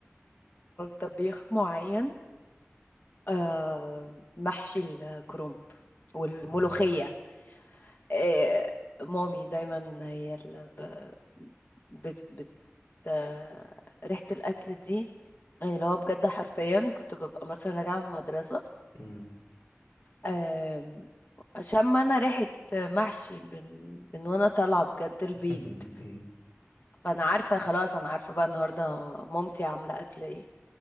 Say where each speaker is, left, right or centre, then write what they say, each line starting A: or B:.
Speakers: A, on the left; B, on the left.
A: طبيخ معين آه، محشي الكرنب والملوخية
B: مم.
A: آه، مامي دايما هي اللي ب- بت بت آه، ريحة الأكل دي يعني اللي هو بجد حرفيا كنت ببقى مثلا راجعة من المدرسة
B: うんうん
A: آم، شم أنا ريحة محشي من من وأنا طالعة بجد
B: <laughs>
A: البيت فانا عارفه خلاص انا عارفه بقى النهارده مامتي عامله اكل ايه